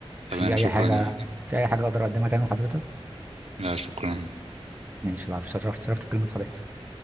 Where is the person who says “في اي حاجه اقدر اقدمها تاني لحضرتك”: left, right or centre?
Right